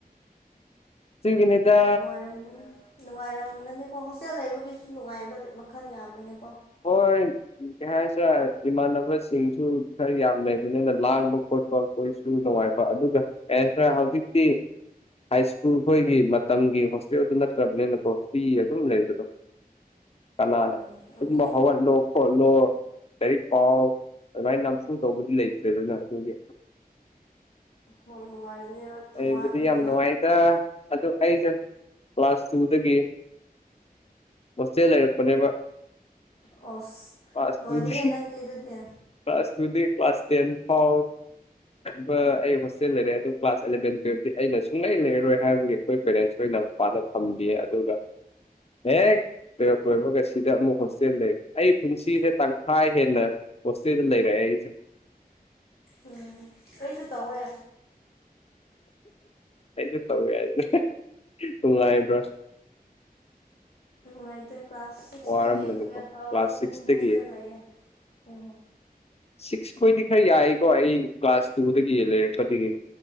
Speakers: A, on the left (about 40°); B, on the left (about 80°).
A: ꯨꯗꯨꯒꯤꯅꯤꯗ
B: <unintelligible> ꯅꯨꯡꯉꯥꯏꯔꯝꯒꯅꯤꯀꯣ ꯍꯣꯁꯇꯦꯜ ꯂꯩꯕꯒꯤꯁꯨ ꯅꯨꯡꯉꯥꯏꯕ ꯃꯈꯜ ꯌꯥꯝꯕꯅꯦꯀꯣ
A: ꯍꯣꯏ ꯀꯩ ꯍꯥꯏꯁꯤꯔꯦ ꯏꯃꯥꯟꯅꯕꯁꯤꯡꯁꯨ ꯈꯔ ꯌꯥꯝ ꯂꯩꯕꯅꯤꯅ ꯂꯥꯡꯕ ꯈꯣꯠꯄ ꯀꯣꯏꯁꯨ ꯅꯨꯡꯉꯥꯏꯕ ꯑꯗꯨꯒ ꯑꯦꯗ ꯍꯧꯖꯤꯛꯇꯤ ꯍꯥꯏ ꯁ꯭ꯀꯨꯜ ꯑꯩꯈꯣꯏꯒꯤ ꯃꯇꯝꯒꯤ ꯍꯣꯁꯇꯦꯜꯗꯨ ꯅꯠꯇ꯭ꯔꯕꯅꯤꯅꯀꯣ ꯐ꯭ꯤ ꯑꯗꯨꯝ ꯂꯩꯕꯗꯣ ꯀꯅꯥꯟ
B: ꯂꯩꯕꯗꯣ
A: ꯇꯨꯃꯕ
B: ꯎꯝ
A: ꯍꯩꯒꯥꯠꯂꯦ ꯀꯣꯠꯂꯣ ꯂꯥꯏꯔꯤꯛ ꯄꯥꯎ ꯑꯗꯨꯃꯥꯏꯅ ꯅꯝꯐꯨ ꯇꯧꯕꯗꯤ ꯂꯩꯇ꯭ꯔꯦ ꯑꯗꯨꯅ ꯑꯗꯨꯒꯤ
B: ꯍꯣꯏ ꯅꯨꯡꯉꯥꯏꯕꯅꯦꯕ ꯇꯣꯉꯥꯟꯅ
A: ꯑꯩꯕꯨꯗꯤ ꯌꯥꯝ ꯅꯨꯡꯉꯥꯏꯗ ꯑ ꯑꯩꯁꯦ ꯀ꯭ꯂꯥꯁ ꯇꯨꯗꯒꯤ ꯍꯣꯁꯇꯦꯜ ꯂꯩꯔꯛꯄꯅꯦꯕ
B: ꯑꯣꯁ
A: ꯀ꯭ꯂꯥꯁ
B: ꯅꯣꯔ
A: ꯇꯨꯗꯒꯤ
B: ꯍꯦ ꯅꯪꯗꯤ ꯑꯗꯨꯗꯤ
A: ꯀ꯭ꯂꯥꯁ ꯇꯨꯗꯤ ꯀ꯭ꯂꯥꯁ ꯇꯦꯟ ꯐꯥꯎꯕ ꯑꯩ ꯍꯣꯁꯇꯦꯜ ꯂꯩꯔꯦ ꯑꯗꯨ ꯀ꯭ꯂꯥꯁ ꯑꯦꯂꯚꯦꯟ ꯇꯨꯋꯜꯞꯇꯤ ꯑꯩꯅ ꯁꯨꯡꯂꯩ ꯂꯩꯔꯣꯏ ꯍꯥꯏꯕꯒꯤ ꯑꯩꯈꯣꯏ ꯄꯦꯔꯦꯟꯁ ꯑꯣꯏꯅ ꯃꯄꯥꯗ ꯊꯝꯕꯤꯌꯦ ꯑꯗꯨꯒ ꯑꯦꯛ ꯇꯨꯌꯦꯜꯕ ꯂꯣꯏꯕꯒ ꯁꯤꯗ ꯑꯃꯨꯛ ꯍꯣꯁꯇꯦꯜ ꯂꯩꯔ ꯑꯩ ꯄꯨꯟꯁꯤꯁꯦ ꯇꯪꯈꯥꯏ ꯍꯦꯟꯅ ꯍꯣꯁꯇꯦꯜꯗ ꯂꯩꯔꯦꯛꯑ ꯑꯩꯁꯦ
B: ꯎꯝ ꯀꯩꯁꯨ ꯇꯧꯋꯦ
A: ꯑꯩꯁꯨ ꯇꯧꯋꯦ ꯍꯥꯏꯦ ꯅꯨꯡꯉꯥꯏꯕ꯭ꯔꯥ
B: ꯅꯨꯡꯉꯥꯏꯇꯦ ꯀ꯭ꯂꯥꯁ ꯁꯤꯛꯁꯇꯒꯤ
A: ꯋꯥꯔꯝꯒꯅꯤꯀꯣ
B: ꯇꯨꯋꯦꯜꯐ ꯐꯥꯎ
A: ꯀ꯭ꯂꯥꯁ
B: ꯑꯗꯨꯝ
A: ꯁꯤꯛꯁꯇꯒꯤ
B: ꯍꯣꯁꯇꯦꯜ ꯂꯩꯌꯦ ꯎꯝꯝ
A: ꯁꯤꯛꯁ ꯈꯣꯏꯗꯤ ꯈꯔ ꯌꯥꯏꯀꯣ ꯑꯩ ꯀ꯭ꯂꯥꯁ ꯇꯨꯗꯒꯤ ꯌꯦꯜꯂꯔꯦꯄꯗꯤꯗꯒꯤ